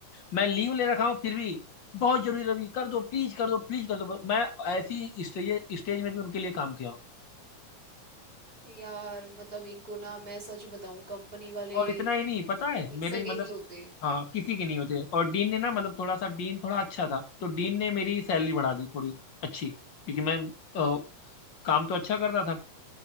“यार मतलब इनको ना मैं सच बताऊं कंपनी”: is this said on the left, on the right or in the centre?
Right